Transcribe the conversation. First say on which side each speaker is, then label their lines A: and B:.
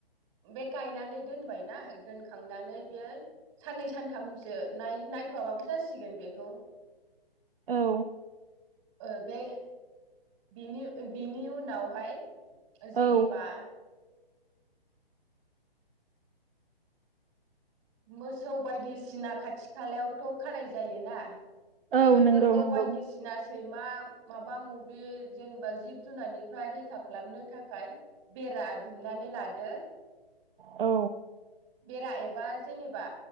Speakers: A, on the right; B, on the right.
A: बे गायनानै दोनबायना दोनखांनानै बेयो साननै सानथामसो नाय नायथ'आाबाबो जासिगोन बेखौ।
B: औ
A: ओ बे बिनि बिनि उनावहाय जेनेबा
B: औ
A: मोसौ बायदिसिना खाथि खालायावथ' खानाय जायोना।
B: औ
A: बेफोरखौ
B: नंगौ नंगौ
A: बायदिसिना सैमा माबा मबि जेनेबा जिब जुनारनिफ्राय रैखा खालामनो थाखाय बेरा दुमनानै लादो।
B: औ।
A: बेरा एबा जेनेबा